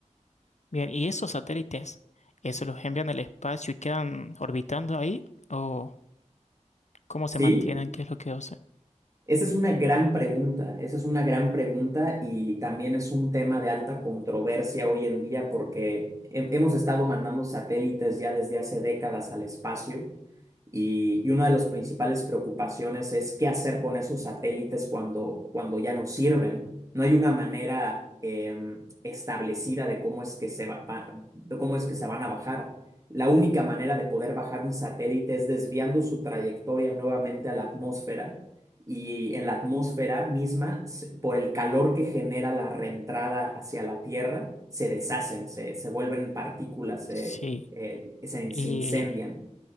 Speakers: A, on the left; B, on the right.
A: Bien, ¿y esos satélites, eso los envían al espacio y quedan orbitando ahí? ¿O cómo se
B: ¿Sí?
A: mantienen? ¿Qué es lo que hacen?
B: Esa es una gran pregunta, esa es una gran pregunta y también es un tema de alta controversia hoy en día porque he- hemos estado mandando satélites ya desde hace décadas al espacio y, y una de las principales preocupaciones es qué hacer con esos satélites cuando, cuando ya no sirven. No hay una manera em, establecida de cómo es que se va- va- de cómo es que se van a bajar. La única manera de poder bajar un satélite es desviando su trayectoria nuevamente a la atmósfera y en la atmósfera misma, se- por el calor que genera la reentrada hacia la Tierra, se deshacen, se, se vuelven partículas, se,
A: Sí.
B: eh, se,
A: Y
B: se incendian.